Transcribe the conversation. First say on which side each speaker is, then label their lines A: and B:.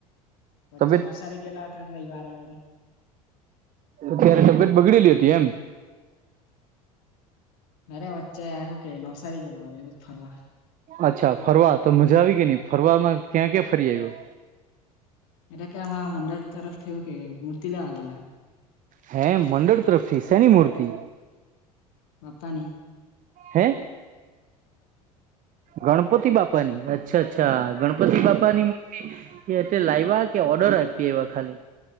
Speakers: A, on the left (about 65°); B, on the right (about 45°).
A: વચ્ચે
B: તબિયત
A: નવસારી ગેલા અટા રવિવારે વળી.
B: તો ત્યારે તબિયત બગડેલી હતી એમ?
A: નારે વચ્ચે એહું કે નવસારી ગેલા હો એમ જ ફરવા.
B: અચ્છા! ફરવા તો મજા આવી કે ની ફરવામાં ક્યાં ક્યાં ફરી આવ્યો?
A: એટલે કે આમાં મંડળ તરફથી હુંકે મૂર્તિ લેવા ગેલા.
B: હે મંડળ તરફથી સેની મૂર્તિ?
A: બા્પાની
B: હે? ગણપતિ બાપાની અચ્છા અચ્છા ગણપતિ
A: હા
B: બાપા ની મૂ એ અત્યારે લાઈવા કે ઓર્ડર આપી આયવા ખાલી?